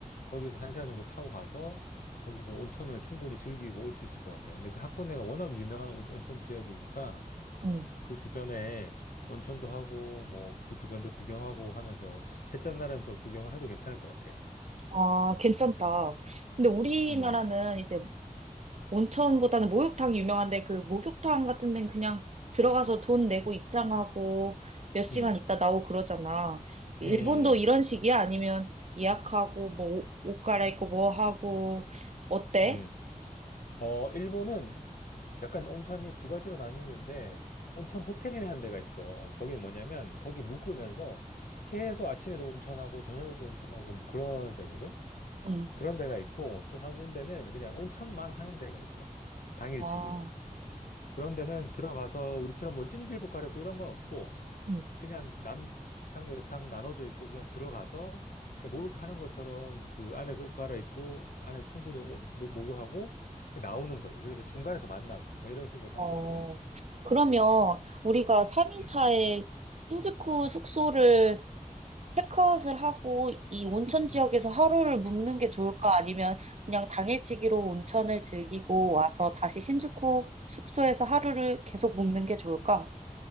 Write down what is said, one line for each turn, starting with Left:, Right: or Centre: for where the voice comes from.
Left: 거기서 1시간 정도 타고 가서 거기서 온천을 충분히 즐기고 올 수 있을 것 같아. 근데 그 하코네가 워낙 유명한 온- 온천 지역이니까
Right: 응.
Left: 그 주변에 온천도 하고 뭐 그 주변도 구경하고 하면서 셋째 날은 좀 구경을 해도 괜찮을 것 같아.
Right: 아, 괜찮다. 근데 우리나라는
Left: 음,
Right: 이제 온천보다는 목욕탕이 유명한데 그 목욕탕 같은 데는 그냥 들어가서 돈 내고 입장하고 몇 시간
Left: 음,
Right: 있다 나오고 그러잖아. 일본도
Left: 음, 음.
Right: 이런
Left: 음.
Right: 식이야? 아니면 예약하고 뭐 옷 갈아입고 뭐 하고 어때?
Left: 음. 어, 일본은 약간 온천이 두 가지로 나뉘는데, 온천 호텔이라는 데가 있어. 어, 거기 뭐냐면, 거기 묵으면서 계속 아침에도 온천하고, 저녁에도 온천하고, 뭐 그런 데거든?
Right: 응.
Left: 그런 데가 있고, 또 한 군데는 그냥 온천만 하는 데가 있어. 당일치기로.
Right: 아,
Left: 그런 데는 들어가서 우리처럼 뭐 찜질복 가렵고 이런 건 없고,
Right: 응.
Left: 그냥 남탕 여탕 나눠져 있고 그냥 들어가서 그 목욕하는 것처럼 그 안에서 옷 갈아입고 안에서 충분히 옷- 노- 목욕하고 나오는 거지. 그래서 중간에서 만나고 뭐 이런 식으로
Right: 어.
Left: 하는 거거든.
Right: 그러면 우리가 3인차에
Left: 음.
Right: 신주쿠 숙소를 체크아웃을 하고 이 온천 지역에서
Left: 음.
Right: 하루를 묵는 게 좋을까? 아니면 그냥 당일치기로 온천을 즐기고 와서 다시 신주쿠 숙소에서 하루를 계속 묵는 게 좋을까?